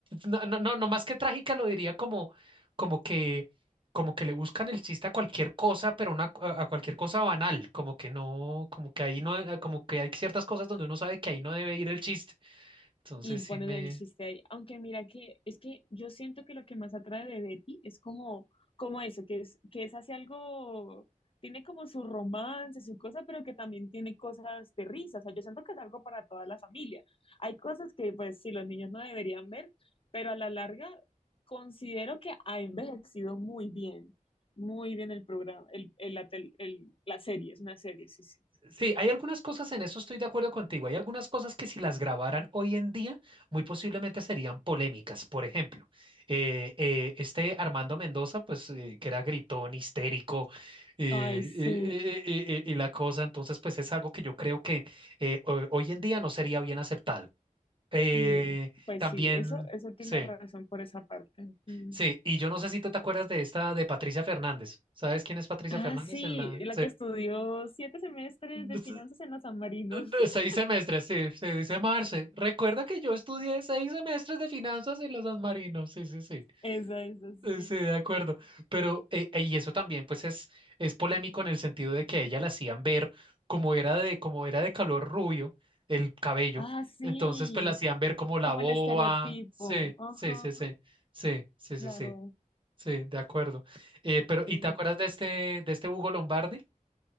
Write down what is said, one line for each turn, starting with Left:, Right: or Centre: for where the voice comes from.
Right: no, no, no, no más que trágica, lo diría como, como que, como que le buscan el chiste a cualquier cosa, pero una, a a cualquier cosa banal, como que no, como que ahí no, como que hay ciertas cosas donde uno sabe que ahí no debe ir el chiste. Entonces
Left: Y
Right: sí
Left: ponen
Right: me,
Left: el chiste ahí. Aunque mira que es que yo siento que lo que más atrae de Betty es como, como eso, que es, que es hace algo, tiene como su romance, su cosa, pero que también tiene cosas de risa. O sea, yo siento que es algo para toda la familia. Hay cosas que pues sí, los niños no deberían ver, pero a la larga considero que ha envejecido muy bien. Muy bien el programa, el, el, la tel- el- la serie, es una serie, sí, sí.
Right: Sí, hay algunas cosas, en eso estoy de acuerdo contigo, hay algunas cosas que si las grabaran hoy en día, muy posiblemente serían polémicas. Por ejemplo, eh, eh, este Armando Mendoza, pues eh, que era gritón, histérico eh,
Left: Ay,
Right: eh,
Left: sí.
Right: eh, eh, eh, y la cosa, entonces pues es algo que yo creo que eh, ho- hoy en día no sería bien aceptado. Eh,
Left: Mm, pues
Right: también,
Left: sí, eso, eso tiene
Right: sí,
Left: razón por esa parte. Mm.
Right: sí, y yo no sé si tú te acuerdas de esta de Patricia Fernández. ¿Sabes quién es Patricia
Left: Ah,
Right: Fernández
Left: sí,
Right: en la...
Left: la que estudió siete semestres
Right: Sí.
Left: de finanzas en la San Marino. <laughs>
Right: De Seis semestres, sí, sí, dice Marce. Recuerda que yo estudié seis semestres de finanzas en los San Marino. Sí, sí, sí.
Left: Esa, esa, sí.
Right: Eh, Sí, de acuerdo. Pero, eh, eh, y eso también, pues, es, es polémico en el sentido de que a ella la hacían ver como era de, como era de color rubio el cabello.
Left: Ah, sí,
Right: Entonces, pues, la hacían ver como la
Left: como
Right: boba.
Left: el estereotipo.
Right: Sí,
Left: Ajá,
Right: sí, sí, sí. Sí, sí,
Left: claro,
Right: sí, sí. Sí, de acuerdo. Eh, pero,
Left: sí.
Right: ¿y te acuerdas de este, de este Hugo Lombardi?